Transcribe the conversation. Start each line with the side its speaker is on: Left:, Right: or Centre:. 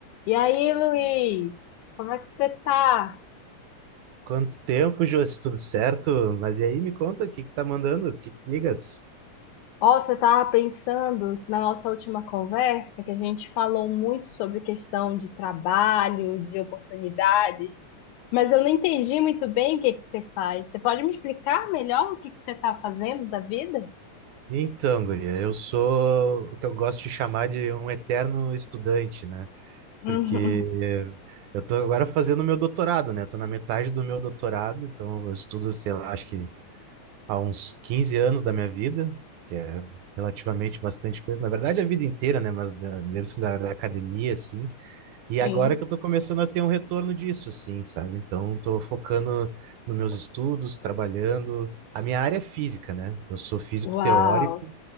Left: E aí, Luiz, como é que você tá?
Right: Quanto tempo, Josi? Tudo certo? Mas e aí, me conta, o que que tá mandando? O que que ligas?
Left: Ó, você tava pensando na nossa última conversa que a gente falou muito sobre questão de trabalho, de oportunidades, mas eu não entendi muito bem o que que você faz. Você pode me explicar melhor o que que você tá fazendo da vida? <laughs>
Right: Então, guria, eu sou o que eu gosto de chamar de um eterno estudante, né?
Left: Uhum.
Right: Porque eu tô agora fazendo meu doutorado, né? Tô na metade do meu doutorado, então eu estudo, sei lá, acho que há uns 15 anos da minha vida, que é relativamente bastante coisa. Na verdade, a vida inteira, né? Mas da- dentro da, da academia, assim. E agora
Left: Sim.
Right: que eu tô começando a ter um retorno disso, assim, sabe? Então, tô focando nos meus estudos, trabalhando. A minha área é física, né? Eu sou físico
Left: Uau!
Right: teórico,